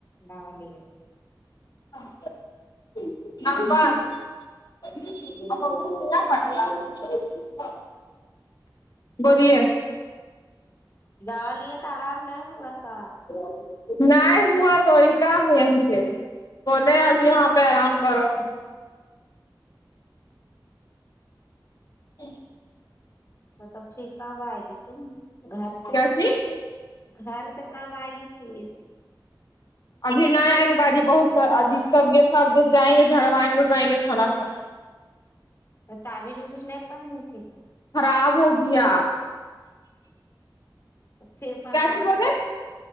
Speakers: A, on the left (about 35°); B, on the left (about 55°).
A: دال-
B: <unintelligible> پن بولیے-
A: دوا لیے تو آرام نہیں ہوا- کا
B: <unintelligible> نہیں ہوا تو کاا ہے یہیں پ بولے اب یہاں پہ آرام کرو- <unintelligible>
A: تو توب پھر کب آئے گی تم گھر سے?
B: کیا چیز
A: گھر سے کب آئے گی پھر?
B: ابھی نہ آئیں گے باجی بہت عجی سب کے ساتھ جائیں گے جھڑوائیں اڑوائیں گے تھوڑا سا-
A: تعبی ج ابیز نہیں پہنی تھییکا-
B: خراب ہو گیا-
A: پھر بنوانا
B: کیا چ بولے
A: تھا